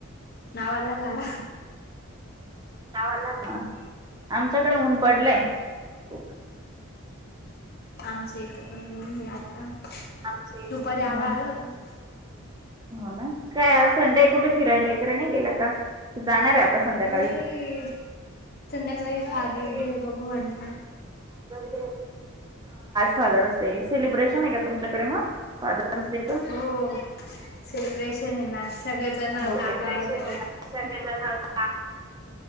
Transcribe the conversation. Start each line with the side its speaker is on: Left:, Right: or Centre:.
Left: नावा ला झाला.
Right: गावाला आमच्याकडे ऊन पडलंय खूप
Left: आमचं इथं प आता
Right: <unintelligible>
Left: दुपारी आभाळ आलं होतं
Right: हो ना काय संडे कुठे फिरायला वगैरे नाही गेला का ते जाणार आहे आता संध्याकाळी
Left: नाही संध्याकाळी
Right: नाही
Left: फादर्स डे बघू म्हणट
Right: ज फादर्स डे सेलिब्रेशन आहे का तुमच्याकडेग सफ
Left: हो सेलिब्रेशन आहे ना सगळेजण
Right: होेशन
Left: काका वगैरे
Right: आहे ना सग का